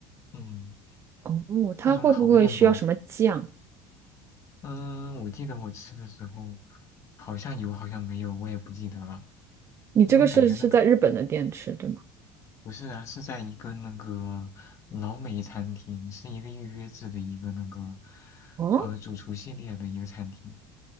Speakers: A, on the left (about 45°); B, on the right (about 40°).
A: 嗯，
B: 哦，它会不会需要什么酱？
A: 那种烤面包，嗯，我记得我吃的时候好像有，好像没有，我也不记得了，
B: 你这个是是在日本的店吃，
A: 因为感觉那个
B: 对吗？
A: 不是啊，是在一个那个老美餐厅，是一个预约制的一个那个
B: 哦，
A: 呃主厨系列的一个餐厅。